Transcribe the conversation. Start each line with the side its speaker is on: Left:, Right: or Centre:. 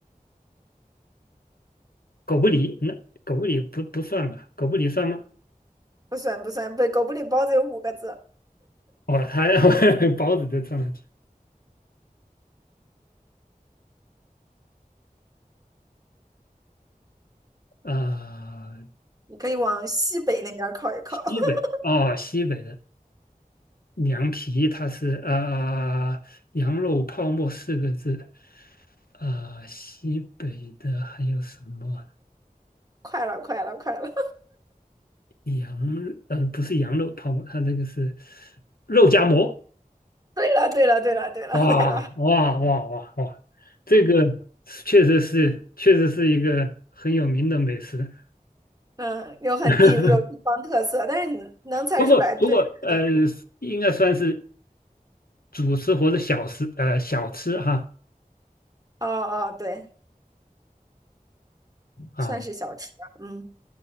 Left: 狗不理，那狗不理不不算吧？狗不理算吗？
Right: 不算不算，不，狗不理包子有五个字，
Left: 哦，他 <laughs> 包子都算啊，去。啊、
Right: 你可以往西北那边靠一靠。
Left: 西北哦，
Right: <laughs>
Left: 西北的凉皮，它是啊，羊肉泡馍四个字。啊，西北的还有什么？
Right: 快了，快了，快了！
Left: 羊呃不是羊肉泡馍，它这个是肉夹馍。
Right: <laughs> 对了，对了，对了，对了，
Left: 哇哇哇哇哇！
Right: 对了，
Left: 这个确实是，确实是一个很有名的美食。
Right: 嗯，有很地有地方特色，
Left: <laughs>
Right: 但是你能猜出来，
Left: 不过，
Right: 对对对，
Left: 不过，呃，应该算是主食或者小食，呃，小吃哈。
Right: 哦哦，对，
Left: 啊，
Right: 算是小吃吧，嗯，